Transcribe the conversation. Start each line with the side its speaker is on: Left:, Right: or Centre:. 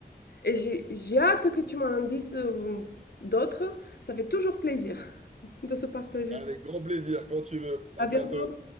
Left: Et j'ai j'ai hâte que tu m'en dises euh, d'autres. Ça fait toujours plaisir <laughs> de se partager
Right: Avec grand plaisir, quand tu veux. À
Left: À bientôt.
Right: bientôt.